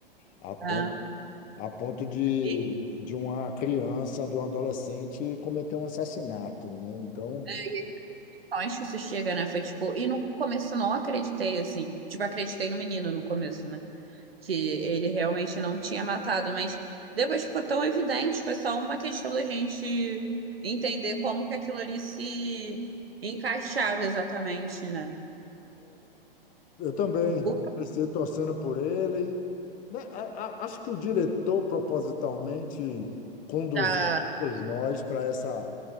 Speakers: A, on the left; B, on the right.
A: A ponto,
B: né?
A: a ponto de,
B: E
A: de uma criança, de um adolescente cometer um assassinato, né? Então,
B: é, e só onde isso chega, né? Foi tipo, e no começo eu não acreditei, assim. Tipo, acreditei no menino no começo, né? Que ele realmente não tinha matado, mas depois ficou tão evidente, foi só uma questão da gente entender como que aquilo ali se encaixava exatamente, né?
A: Eu também
B: O
A: comecei torcendo por ele. Né, a- a- Acho que o diretor propositalmente conduziu
B: da...
A: todos nós para essa,